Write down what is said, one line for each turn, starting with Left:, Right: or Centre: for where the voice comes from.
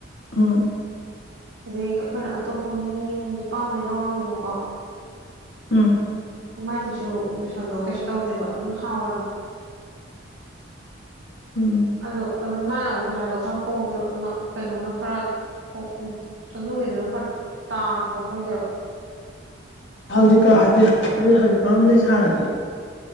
Left: ꯑꯝ
Right: ꯑꯗꯒꯤ ꯑꯩꯈꯣꯏꯅ ꯑꯇꯣꯞꯄ ꯃꯤ ꯅꯨꯄꯥ ꯑꯃꯝꯗꯒꯤꯩ ꯂꯧꯔꯝꯃꯦꯕꯀꯣ
Left: ꯎꯝ
Right: ꯃꯃꯥꯏꯗꯨꯁꯨ ꯕꯦꯁꯣꯟꯗꯣ ꯀꯩꯁꯨ ꯇꯧꯗꯦꯕ ꯑꯗꯨꯝ ꯍꯥꯎꯋꯦꯕ
Left: ꯎꯝ
Right: ꯑꯗꯣ ꯑꯗꯨꯝ ꯃꯥꯅ ꯑꯃꯨꯛ ꯄꯩꯁꯥꯗꯣ ꯈꯔ ꯍꯣꯡꯉꯦꯕ ꯑꯃ ꯀꯩꯅꯣꯅ ꯈꯔ ꯑꯣ ꯑꯗꯨꯒꯤꯗꯨꯅ ꯈꯔ ꯇꯥꯡꯕ ꯈꯪꯗꯦꯕ
Left: ꯍꯧꯖꯤꯛ ꯍꯧꯖꯤꯛ ꯍꯧꯖꯤꯛ ꯍꯧꯖꯤꯛ ꯀꯔꯣꯝꯗꯒꯤ ꯁꯥꯔꯒꯦ